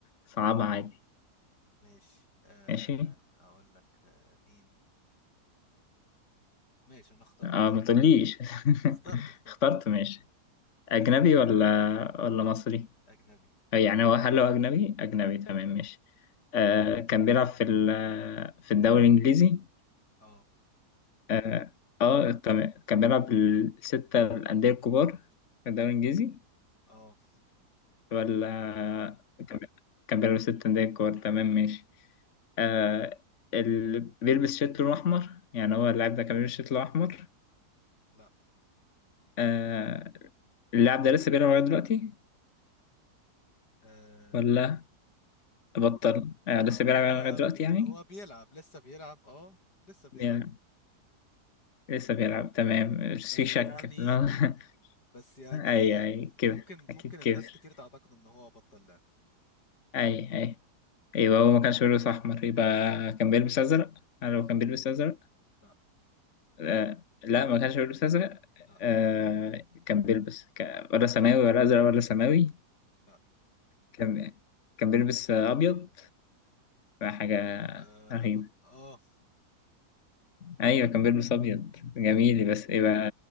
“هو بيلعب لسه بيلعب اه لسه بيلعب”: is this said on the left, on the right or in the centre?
Left